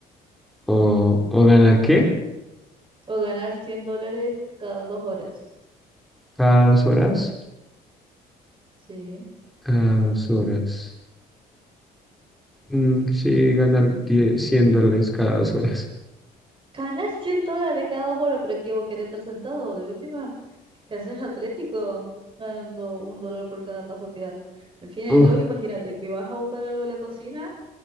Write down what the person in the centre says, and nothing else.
¿O, o ganar qué?
Cada dos horas.
Cada dos horas. Mm, sí, ganar 10, 100 dólares cada dos horas.
Uf,